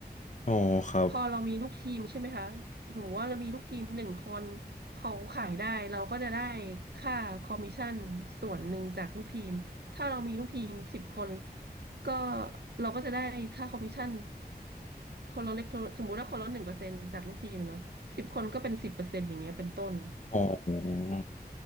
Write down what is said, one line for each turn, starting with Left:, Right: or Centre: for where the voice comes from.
Left: อ๋อครับ
Right: พอเรามีลูกทีมใช่ไหมคะสมมติว่าเรามีลูกทีมหนึ่งคนเขาขายได้เราก็จะได้ค่าคอมมิชชั่นส่วนหนึ่งจากลูกทีมถ้าเรามีลูกทีมสิบคนก็เราก็จะได้ค่าคอมมิชชั่นคนละเล็กคนละสมมุติว่าคนละหนึ่งเปอร์เซ็นต์จากลูกทีมเนาะสิบคนก็เป็นสิบเปอร์เซ็นต์อย่างเงี้ยเป็นต้น
Left: อ๋อ